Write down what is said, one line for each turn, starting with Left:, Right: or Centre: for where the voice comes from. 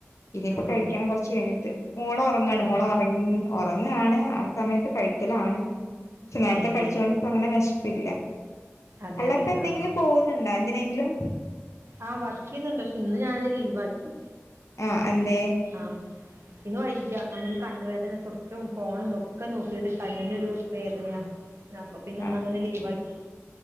Left: ഇനിയിപ്പോ
Right: അതെല്ലേ
Left: കഴിക്കണം കുറച്ച് കഴിഞ്ഞിട്ട് മോള് ഉറങ്ങാണ്
Right: ഉം
Left: മോള് ഉറങ്ങി ഉറങ്ങാണ് ആ സമയത്ത് കഴിക്കലാണ് പക്ഷെ നേരത്തെ
Right: അത്
Left: കഴിച്ചു
Right: ശരി
Left: കൊണ്ട് ഇപ്പ അങ്ങനെ വിശപ്പില്ല
Right: അതെല്ലേ
Left: അല്ല ഇപ്പ എന്തെങ്കിലും
Right: ആഹ് ആഹ്
Left: പോകുന്നുണ്ടോ എന്തിനെങ്കിലും
Right: ആഹ് വർക്ക് ചെയ്യുന്നുണ്ട് പക്ഷെ ഇന്ന് ഞാൻ അത് ലീവ് ആക്കി
Left: ആഹ് എന്തേ
Right: ആഹ് ഇന്ന് വയ്യ നമ്മള് കണ്ണുവേദന സിസ്റ്റവും ഫോണും ഒക്കെ നോക്കിട്ട് കണ്ണിനൊരു വേദനയാ അപ്പൊ പിന്നെ
Left: ആ
Right: ഇന് അങ്ങനെ ലീവ് ആക്കി